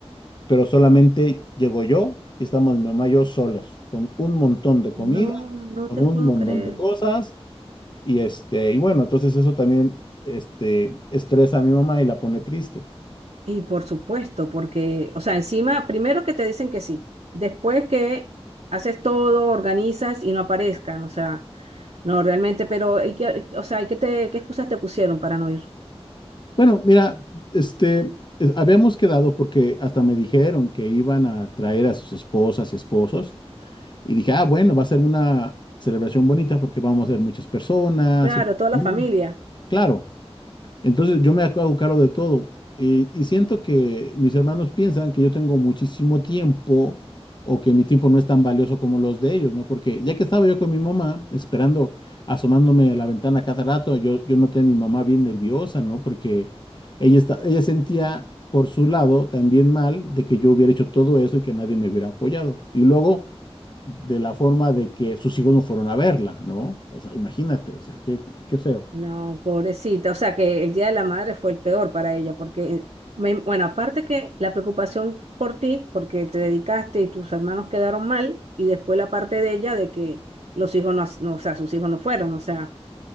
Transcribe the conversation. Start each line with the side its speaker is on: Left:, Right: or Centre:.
Left: pero solamente llego yo y estamos mi mamá y yo solos, con un montón de comida,
Right: No, no
Left: con
Right: te
Left: un
Right: puedo
Left: montón
Right: creer.
Left: de cosas, y este, y bueno, entonces eso también, este, estresa a mi mamá y la pone triste.
Right: Y por supuesto, porque, o sea, encima, primero que te dicen que sí, después que haces todo, organizas y no aparezcan, o sea, no realmente, pero, ¿y qué- o sea, ¿y qué te, qué excusas te pusieron para no ir?
Left: Bueno, mira, este, eh, habíamos quedado porque hasta me dijeron que iban a traer a sus esposas y esposos, y dije, ah, bueno, va a ser una celebración bonita porque vamos a ser muchas personas.
Right: Claro,
Left: y-
Right: toda la
Left: mm,
Right: familia.
Left: Claro, Entonces yo me hago cargo de todo. eh, y siento que mis hermanos piensan que yo tengo muchísimo tiempo o que mi tiempo no es tan valioso como los de ellos, ¿no? Porque ya que estaba yo con mi mamá, esperando, asomándome a la ventana cada rato, yo, yo noté a mi mamá bien nerviosa, ¿no? Porque ella, está, ella sentía por su lado también mal de que yo hubiera hecho todo eso y que nadie me hubiera apoyado. Y luego de la forma de que sus hijos no fueron a verla, ¿no? O sea, imagínate, o sea, qué, qué qué feo.
Right: No, pobrecita. O sea que el Día de la Madre fue el peor para ella, porque, me- bueno, aparte que la preocupación por ti, porque te dedicaste y tus hermanos quedaron mal, y después la parte de ella de que los hijos no, as- no, o sea, sus hijos no fueron, o sea,